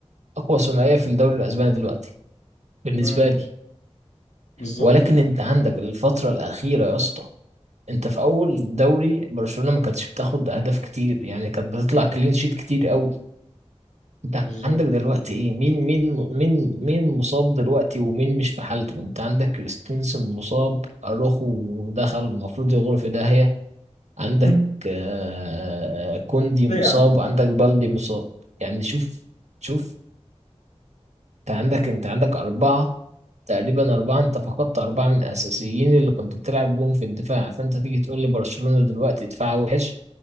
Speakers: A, on the right (about 75°); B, on the left (about 85°).
A: اقوى ثنائية في الدوري الاسباني دلوقتي بالنسبة
B: امم
A: لي
B: بالظبط
A: ولكن انت عندك الفترة الاخيرة يا اسطى انت في اول دوري برشلونة ما كانتش بتاخد اهداف كتير يعني كانت بتطلع كلين شيت كتير قوي انت
B: بالظبط
A: عندك دلوقتي ايه مين مين مين مين مصاب دلوقتي ومين مش في حالته انت عندك كريستنسن مصاب اروخو دخل المفروض يغرف ده هي عندك
B: <laughs>
A: آه، كوندي
B: ليه
A: مصاب
B: يا عم
A: وعندك بالدي مصاب يعني شوف شوف انت عندك انت عندك أربعة تقريبا أربعة انت فقدت أربعة من الأساسيين اللي كنت بتلعب بيهم في الدفاع فانت تيجي تقول لي برشلونة دلوقتي دفاع وحش